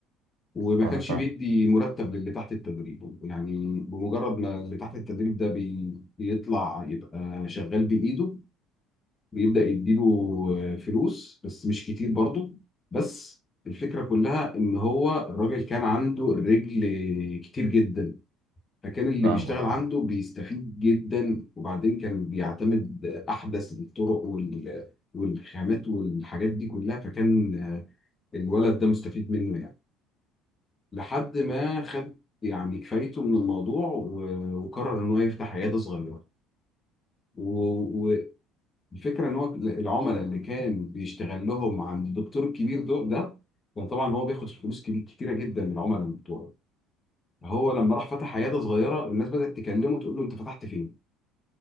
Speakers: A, on the left; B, on the right.
A: وما
B: اه
A: كانش
B: فاهمك
A: بيدي مرتب للي تحت التدريب يعني بمجرد ما اللي تحت التدريب ده بي- بيطلع يبقى شغال بايده بيبدأ يديله آه، فلوس بس مش كتير برضه بس الفكرة كلها إن هو الراجل كان عنده الرجل كتير جدا فكان اللي
B: فاهمك
A: بيشتغل عنده
B: اه
A: بيستفيد جدا وبعدين كان بيعتمد أحدث الطرق وال والخامات والحاجات دي كلها فكان آه، الولد ده مستفيد منه يعني لحد ما خد يعني كفايته من الموضوع و- وقرر إن هو يفتح عيادة صغيرة و- الفكره ان هو العملاء اللي كان بيشتغل لهم عند الدكتور الكبير دول ده كان طبعا هو بياخد فلوس كبير كتيره جدا من العملاء بتوعه فهو لما راح فتح عياده صغيره الناس بدات تكلمه تقول له انت فتحت فين